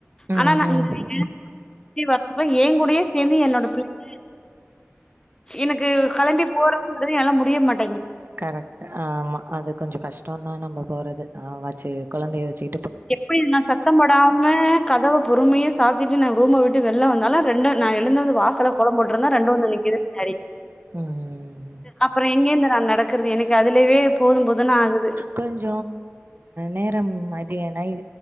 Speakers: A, on the right; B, on the left.
A: ம்
B: ஆனா நா
A: ம்
B: இந்த எழுந்திருச்சு வர்றது குள்ளயே என் கூடயே சேந்து என்னோட பிள்ளைங்களு என் க்கு களம்பி போறதுன்ற எனக்கு முடிஞ் புரிய மாட்
A: கரெக்ட் ஆமா அது கொஞ்ச கஷ்டந் தான் நம்ப போறது ஆமா செரி கொழந்தைய வச்சு
B: எப்பிடி நா சத்தம் போடாம கதவு பொறுமையா சாத்திட்டு நா ரூம விட்டு வெள்ல வந்தாலும் ரெண்டு நா எழுந்து வந்து வாசல்ல கோலம் போட்டுருந்த ரெண்டு வந்து நிக்குது பின்னாடி
A: ம்
B: அப்பறோ எங்கேந்து நா நடக்குறது எனக்கு அ இதுவே போதும் போதுன் னு ஆகுது
A: கொஞ்ச நேரம் ஆயி தேனைய